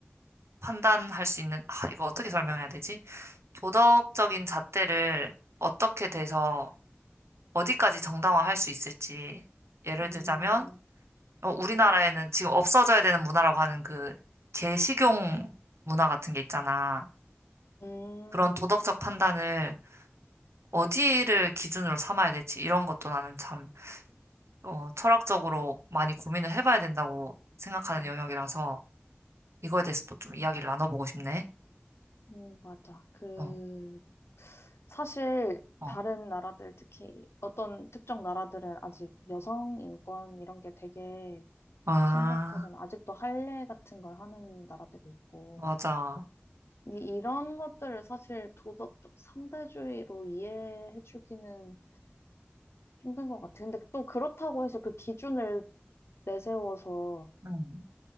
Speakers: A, on the right; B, on the left.
A: 판단할 수 있는 아 이거 어떻게 설명해야 되지? 도덕적인 잣대를 어떻게 돼서 어디까지 정당화할 수 있을지 예를
B: 음,
A: 들자면 어, 우리나라에는 지금 없어져야 되는 문화라고 하는 그 개식용 문화 같은 게 있잖아.
B: 음,
A: 그런 도덕적 판단을 어디를 기준으로 삼아야 될지 이런 것도 나는 참 어, 철학적으로 많이 고민을 해봐야 된다고 생각하는
B: 음,
A: 영역이라서 이거에 대해서 또 좀
B: 음,
A: 이야기를 나눠보고 싶네.
B: 음, 맞아. 그,
A: 어,
B: 사실,
A: 어.
B: 다른 나라들, 특히 어떤 특정 나라들은 아직 여성 인권 이런 게 되게
A: 아,
B: 심각하잖아. 아직도 할례 같은 걸 하는 나라들이 있고.
A: 맞아.
B: 이- 이런 것들을 사실 도덕적 상대주의로 이해해주기는 힘든 것 같아요. 근데 또 그렇다고 해서 그 기준을 내세워서
A: 음.